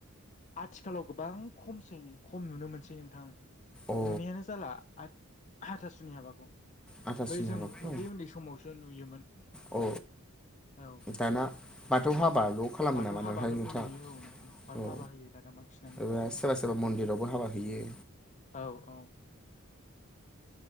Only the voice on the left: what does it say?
आथिखालाव गोबां खमसै नै खम नुनो मोनसै नोंथां
नुनायानो जाला आथ हाथासुनि हाबाखौ
बै जों
उन्दै उन्दै समावसो नुयोमोन
औ
बाथौ
हाबाफोरखौ
नुयो औ नोंथां बाथौ
हाबा होयो दाना बांसिनानो
औ औ